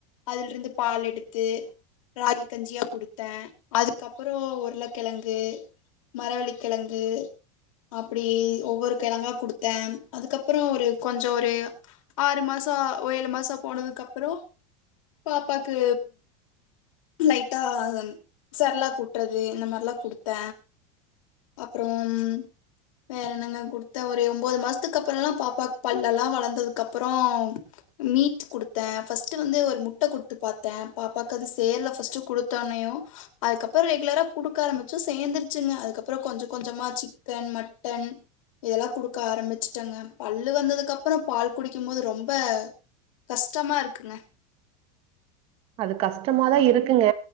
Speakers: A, on the left; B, on the right.
A: அதல்ருந்து பால் எடுத்து ராகி கஞ்சியா குடுத்த அதுக்கப்பறோ உருளக்கெழங்கு மரவள்ளிக்கெழங்கு அப்புடி ஒவ்வொரு கெழங்கா குடுத்தே அதுக்கப்பறோ ஒரு கொஞ்ச ஒரு ஆறு மசோ ஒ ஏழு மாசோ போனதுக்கப்பறோ பாப்பாக்கு லைட்டா சர்லாக் ஊட்றது இந்த மார்லா குடுத்த அப்பறோம் வேறன்னங்க குடுத்த ஒரு ஒன்பது மாஸ்த்துக் அப்பறல்லா பாப்பாக்கு பல்லல்லா வளந்ததுக் அப்பறோ மீட் குடுத்த ஃபர்ஸ்ட் வந்து ஒரு முட்ட குடுத்து பாத்த பாப்பாக்கு அது சேர்ல ஃபஸ்ட்டு குடுத்தோன்னயு அதுக்கப்பறோ ரெகுலரா குடுக்க ஆரம்பிச்சு சேந்துருச்சுங்க அதுக்கப் பறோ கொஞ்ச கொஞ்சமா சிக்கன் மட்டன் இதல்லா குடுக்க ஆரம்பிச்சுட்டங்க பல்லு வந்ததுக்கு அப்பறோ பால் குடிக்கும் போது ரொம்ப கஷ்டமா இருக்குங்க
B: அது கஷ்ட்டமாதா இருக்குங்க